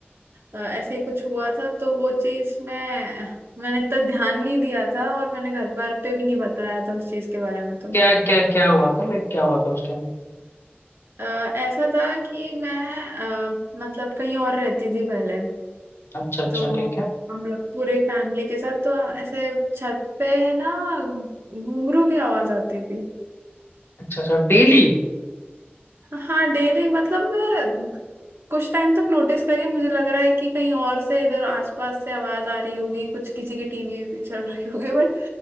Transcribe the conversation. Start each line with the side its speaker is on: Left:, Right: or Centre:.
Right: अ, ऐसे ही कुछ हुआ था तो वो चीज मैं मैंने इतना ध्यान नहीं दिया था और मैंने घर पर पे भी नहीं बताया था उस चीज के बारे में तो
Left: क्या क्या क्या हुआ था लाइक क्या हुआ था उस टाइम
Right: अ, ऐसा था कि मैं अ, मतलब कहीं और रहती थी पहले
Left: अच्छा अच्छा
Right: तो
Left: ठीक है
Right: हम लोग पूरी फैमिली के साथ तो ऐसे छत पे ना घुंघरू की आवाज आती थी
Left: अच्छा अच्छा डेली
Right: हाँ डेली मतलब मैं कुछ टाइम तक नोटिस करी मुझे लग रहा है कि कहीं और से इधर आसपास से आवाज आ रही होगी कुछ किसी की टीवी चल रही होगी बट